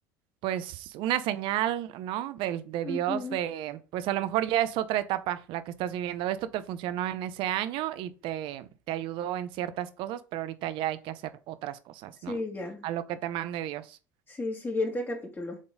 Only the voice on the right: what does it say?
pues una señal, ¿no? Del de
Dios, de, pues a lo mejor ya es otra etapa la que estás viviendo. Esto te funcionó en ese año y te, te ayudó en ciertas cosas, pero ahorita ya hay que hacer otras cosas,
¿no?
A lo que te mande Dios.